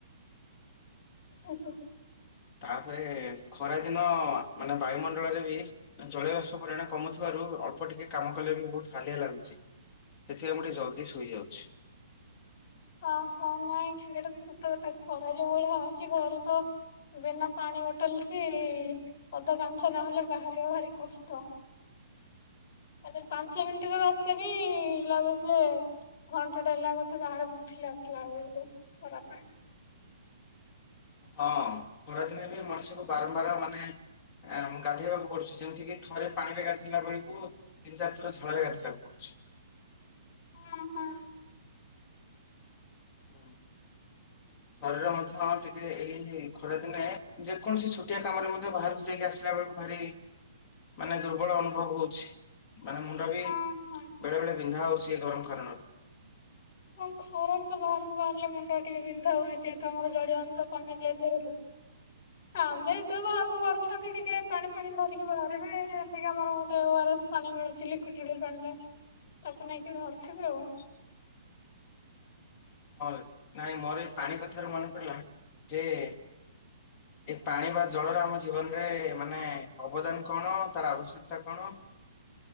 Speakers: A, on the left; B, on the left.
A: <inaudible>
B: ତା'ପରେ ଖରାଦିନ ମାନେ ବାୟୁମଣ୍ଡଳରେ ବି ଜଳୀୟବାଷ୍ପ ପରିମାଣ କମୁଥିବାରୁ, ଅଳ୍ପ ଟିକେ କାମ କଲେ ବି ବହୁତ ହାଲିଆ ଲାଗୁଛି। ସେଥିପାଇଁ ମୁଁ ଟିକେ ଜଲ୍ଦି ଶୋଇଯାଉଛି।
A: ଓହୋ! ନାଇଁ ସେଇଟା ତ ସତ କଥା ଖରା ଯୋଉ ଭଳିଆ ହଉଛି, ଘରୁ ତ ବିନା ପାଣି ବୋଟଲ କି-ଇ ଅତ କାଂଛ ନହଲେ ବାହାରିବା ଭାରି କଷ୍ଟ!
B: ହ
A: ମାନେ ପାଞ୍ଚ ମିନ୍ଟି ର ରାସ୍ତା ବି, ଲାଗୁଛି ଯେ, ଘଣ୍ଟା ଟେ ହେଲା ବତେ ବାହାରେ ବୁଲ୍ ଥିଲା ଆସଲା ବେଳକୁ ଖରାପେ।
B: ହଁ, ଖରାଦିନେ ବି ମଣିଷକୁ ବାରମ୍ବାର ମାନେ ଆଁ ଗାଧେଇବାକୁ ପଡୁଛି। ଯେମିତି କିି ଥରେ ପାଣି ରେ ଗାଧୋଇଲା ବେଳକୁ ତିନି ଚାର ଥର ଝରେ ଗାଧେଇବାକୁ ପଡୁଛି।
A: <inaudible>
B: ହଁ। ଶରୀର ମଧ୍ୟ ଟିକେ, ଏଇ ଖରାଦିନେ ଯେକୌଣସି ଛୋଟିଆ କାମରେ ମଧ୍ୟ ବାହାରକୁ ଯାଇକି ଆସିଲା ବେଳୁ ଭାରି, ମାନେ ଦୁର୍ବଳ ଅନୁଭବ ହଉଛି। ମାନେ ମୁଣ୍ଡ ବି
A: ହଁ ହଁ।
B: ବେଳେ ବେଳେ ବିନ୍ଧା ହଉଛି। ଏ ଗରମ ଖାରଣରୁ।
A: ହଁ, ଖରାରେ ତ ବାହାରକୁ ବାହାରିଲେ, ମୁଣ୍ଡ ଟିକେ ବିନ୍ଧା ହୁଏ, ଯେହେତୁ ଆମର ଜଳୀୟ ଅଂଶ କମିଯାଏ ଦେହରୁ। ହଁଯେ ତଳେ ବାହାରକୁ ବାହାରୁଛନ୍ତି। ଟିକେ ପାଣି ପାଣି ଧରିକି ବାହାରିବେ। ଦେଇକି ଆମର ଗୋଟେ ଓ ଆର ଏସ୍ ପାଣି ମିଳୁଛି, ଲିକୁଇଟିଡ୍ ପାଣି ଟା। ତାକୁ ନେଇକି ଧରୁଥିବେ ଆଉ।
B: ହଁ, ନାଇଁ ମୋର ଏଇ ପାଣି କଥାରେ ମନେ ପଡିଲା ଯେ ଏଇ ପାଣି ବା ଜଳର ଆମ ଜୀବନରେ ମାନେ, ଅବଦାନ କଣ? ତାର ଆବଶ୍ୟକତା କଣ?